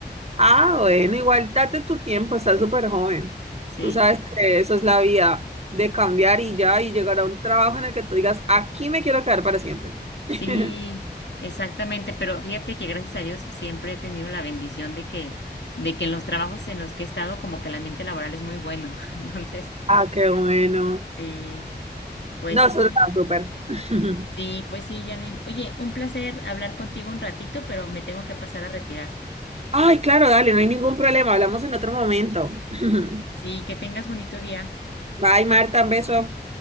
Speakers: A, on the right; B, on the left.
A: Ah, bueno, igual date tu tiempo, estás súper joven.
B: Sí,
A: Tú sabes que eso es la vía de cambiar y ya, y llegar a un trabajo en el que tú digas, aquí me quiero quedar para siempre.
B: sí,
A: <laughs>
B: exactamente. Pero fíjate que gracias a Dios siempre he tenido la bendición de que, de que en los trabajos en los que he estado, como que el ambiente laboral es muy bueno. <laughs> Entonces,
A: Ah, qué bueno.
B: eh, pues
A: No, eso
B: sí.
A: está súper. <laughs>
B: Sí, pues sí, Janine. Oye, un placer hablar contigo un ratito, pero me tengo que pasar a retirar.
A: Ay, claro, dale, no hay ningún problema. Hablamos en otro momento. <laughs>
B: Sí, que tengas bonito día.
A: Bye, Marta, un beso.